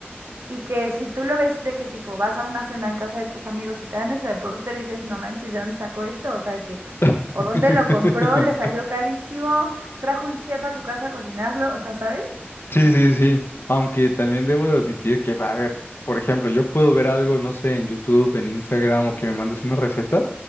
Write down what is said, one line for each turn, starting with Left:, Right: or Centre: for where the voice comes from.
Right: Y que si tú lo ves de que tipo vas a una cena en casa de tus amigos y te dan eso de póster y dices, no manches, ¿de dónde sacó esto? O sea, de que,
Left: <laughs>
Right: o dónde lo compró, le salió carísimo, trajo un chef a su casa a cocinarlo, o sea, ¿sabes?
Left: Sí, sí, sí. Aunque también debo de admitir que, a ver, por ejemplo, yo puedo ver algo, no sé, en YouTube, en Instagram, o que me mandes una receta,